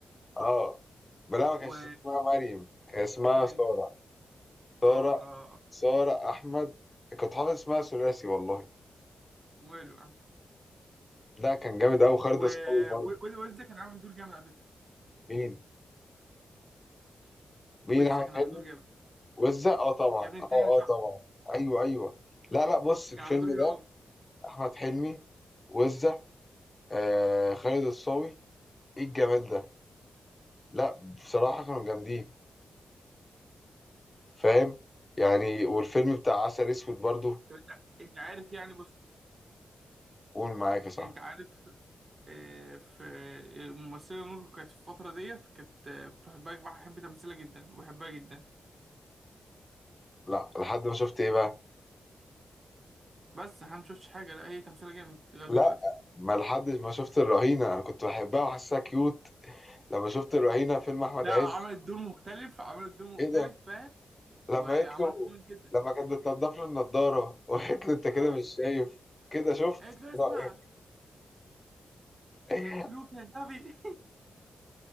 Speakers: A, on the left; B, on the right.
A: اه بلا ما كانش
B: و
A: اسمها مريم كان اسمها
B: اسمها
A: سارة
B: ايه سارة
A: سارة سارة أحمد كنت حافظ اسمها ثلاثي والله
B: وماله يعني.
A: لا كان جامد أوي خالد
B: و...
A: الصاوي برضه
B: و... وإزاي كان عامل دور جامد على فكرة
A: مين مين
B: ويز
A: أحمد
B: كان
A: حلمي
B: عامل دور جامد
A: وزة أه طبعا
B: يا ابني التاني
A: أه
B: صاحبه
A: أه طبعا أيوه أيوه لا لا بص الفيلم
B: كان عامل دور حلو
A: ده
B: قوي
A: أحمد حلمي وزة آه خالد الصاوي إيه الجمال ده لا بصراحة كانوا جامدين فاهم يعني والفيلم بتاع عسل أسود برضه
B: طب انت انت عارف يعني بص
A: قول معاك يا صاحبي
B: انت عارف آه، في الممثله نور كانت في الفتره ديت كانت آه، كنت بحبها بحب تمثيلها جدا وبحبها جدا
A: لا لحد ما شفت إيه بقى
B: بس احنا مشفتش حاجه لا هي تمثيلها جامد لغايه
A: لا
B: دلوقتي
A: ما لحد ما شفت الرهينة أنا كنت بحبها وحاسسها كيوت لما شفت الرهينة فيلم أحمد
B: لا
A: عز
B: عملت دور مختلف عملت دور مختلف
A: ايه ده
B: فاهم
A: لما
B: وعملته
A: قالت له
B: جامد جدا
A: لما كانت بتنضف له النضاره وقالت له انت كده
B: اه
A: مش شايف كده شفت
B: قالت له اسمع
A: رايك <laughs>
B: هيقتلوك يا غبي